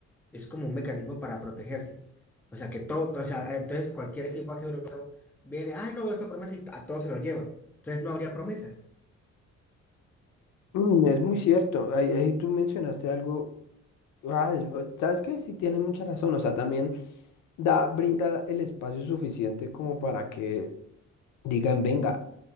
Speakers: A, in the centre; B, on the left (about 75°).
A: es como un mecanismo para protegerse. O sea, que todo, o sea, entonces cualquier equipo aquí europeo viene, ay, no veo esta promesa y a todos se lo lleva. Entonces no habría promesas.
B: Mm, es muy cierto. Ahí, ahí tú mencionaste algo. Ah, es- o- ¿sabes qué? Sí, tienes mucha razón. O sea, también da, brinda el espacio suficiente como para que digan, venga,